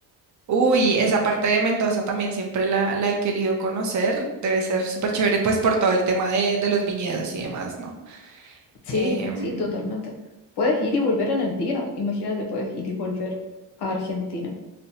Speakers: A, on the right; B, on the left.
A: Uy, esa parte de Mendoza también siempre la, la he querido conocer. Debe ser súper chévere, pues por todo el tema de, de los viñedos y demás, ¿no?
B: Sí,
A: Em,
B: sí, totalmente. Puedes ir y volver en el día. Imagínate, puedes ir y volver a Argentina,